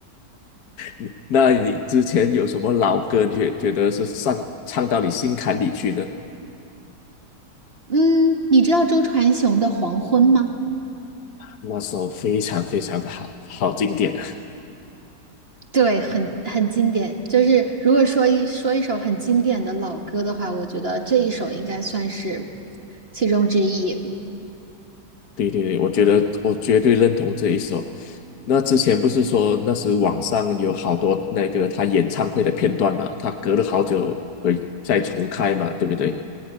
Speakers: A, on the left (about 65°); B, on the right (about 35°).
A: 嗯那你之前有什么老歌，你觉觉得是上唱到你心坎里去呢？
B: 嗯，你知道周传雄的《黄昏》吗？
A: 那首非常非常的好，好经典啊
B: 对，很很经典。就是如果说一说一首很经典的老歌的话，我觉得这一首应该算是其中之一。
A: 对对对，我觉得我绝对认同这一首。那之前不是说那时网上有好多那个他演唱会的片段嘛，他隔了好久会再重开嘛，对不对？